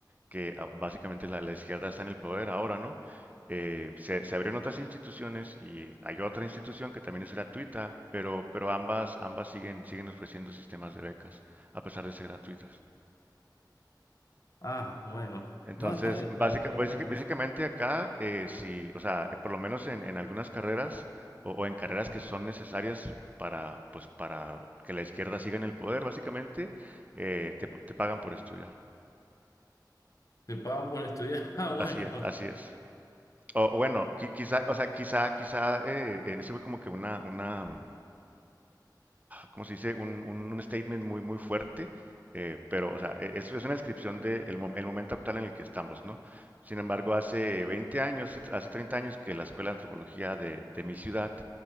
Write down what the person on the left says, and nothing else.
Ah, bueno.
No, está, está,
está
bueno
eso.
Te pagan por estudiar. <laughs> Ah, bueno.